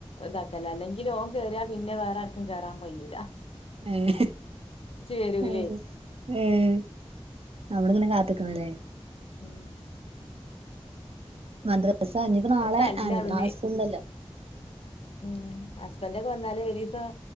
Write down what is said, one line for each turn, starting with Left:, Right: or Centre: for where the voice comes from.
Left: ഇതാക്കലാ അല്ലെങ്കിൽ ഓൻ കേറിയാ പിന്നെ വേറെ ആർക്കും കേറാൻ പയില്ല
Right: ഏഹ്
Left: വരൂലേ
Right: അത് ഏഹ് അവടെങ്ങനെ കാത്തിക്കണല്ലേ
Left: ഉം
Right: മദ്രസ ഇനിയിപ്പോ നാളെ
Left: തല്ല
Right: ആണ്
Left: അവന്
Right: നാളെ സ്കൂൾ ഉണ്ടല്ലോ.
Left: ഉം ഹുസ്ബൻഡ് ഒക്കെ വന്നാലും ഒരുദിവസം